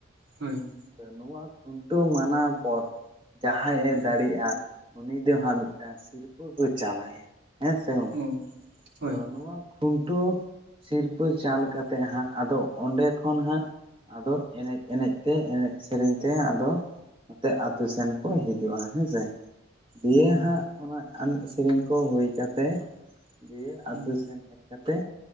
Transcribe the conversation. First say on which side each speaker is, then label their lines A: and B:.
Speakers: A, on the right (about 80°); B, on the right (about 25°).
A: ᱦᱳᱭ
B: ᱛᱚ ᱱᱚᱣᱟ ᱠᱷᱩᱱᱴᱟᱹᱣ ᱢᱟᱱᱟᱣ ᱯᱚᱨ ᱡᱟᱦᱟᱸᱭ ᱮ
A: ᱦᱩᱸ
B: ᱫᱟᱲᱮᱜᱼᱟ ᱩᱱᱤ ᱫᱚ ᱦᱟᱸᱜ ᱢᱤᱫᱴᱟᱝ ᱥᱤᱨᱯᱟᱹ ᱠᱩ ᱪᱟᱞᱟᱭᱟ ᱦᱮᱸ ᱥᱮ ᱜᱚᱝᱠᱮ
A: ᱚ ᱦᱳᱭ
B: ᱛᱚ ᱱᱚᱣᱟ ᱠᱷᱩᱱᱴᱟᱹᱣ ᱥᱤᱨᱯᱟᱹ ᱪᱟᱞ ᱠᱟᱛᱮᱜ ᱦᱟᱸᱜ ᱟᱫᱚ ᱚᱸᱰᱮᱸ ᱠᱷᱚᱱ ᱦᱟᱸᱜ ᱟᱫᱚ ᱮᱱᱮᱡ ᱮᱱᱮᱡ ᱛᱮ ᱮᱱᱮᱡ ᱥᱮᱨᱮᱧ ᱛᱮ ᱟᱫᱚ ᱱᱚᱛᱮ ᱟᱛᱩ ᱥᱮᱱ ᱠᱚ ᱦᱤᱡᱩᱜᱼᱟ ᱦᱮᱸᱥᱮ ᱫᱤᱭᱮ
A: ᱩᱸ
B: ᱦᱟᱸᱜ ᱚᱱᱟ ᱮᱱᱮᱡ ᱥᱮᱨᱮᱧ ᱠᱚ ᱦᱩᱭ ᱠᱟᱛᱮ ᱫᱤᱭᱮ ᱟᱛᱩ
A: ᱦᱩᱸ
B: ᱥᱮᱱ ᱦᱮᱡ ᱠᱟᱛᱮ